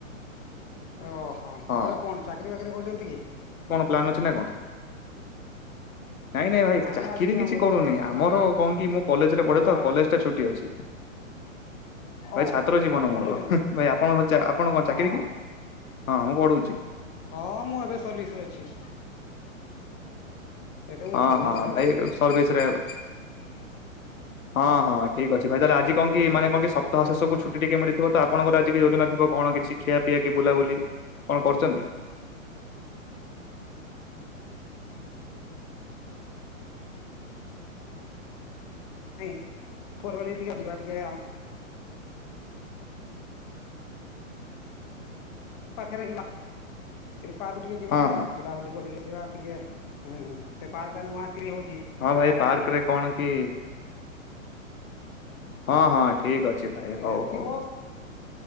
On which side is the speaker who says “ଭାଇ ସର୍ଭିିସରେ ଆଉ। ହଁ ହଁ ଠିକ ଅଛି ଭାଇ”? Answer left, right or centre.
Left